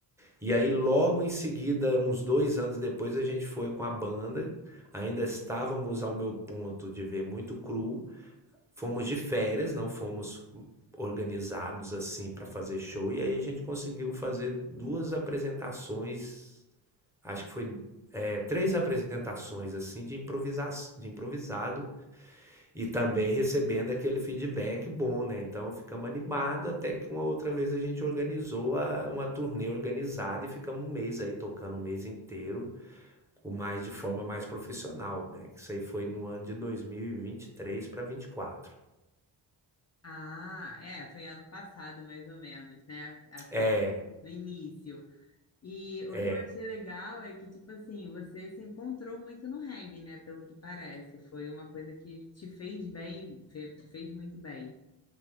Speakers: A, in the centre; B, on the left.
A: E aí, logo em seguida, uns dois anos depois, a gente foi com a banda. Ainda estávamos ao meu ponto de ver muito cru. Fomos de férias, não fomos organizados assim para fazer show. E aí a gente conseguiu fazer duas apresentações. Acho que foi é, três apresentações assim de, improvisa de improvisado e também recebendo aquele feedback bom, né, então ficamos animados até que uma outra vez a gente organizou a uma turnê organizada e ficamos um mês aí tocando o mês inteiro, o mais de forma mais profissional, né, isso aí foi no ano de 2023 para 24.
B: ah, é, foi ano passado mais ou menos, né? Assim,
A: É,
B: no início. E
A: é,
B: o que eu achei legal é que, tipo assim, você se encontrou muito no reggae, né? Pelo que parece, foi uma coisa que te fez bem, fe- te fez muito bem.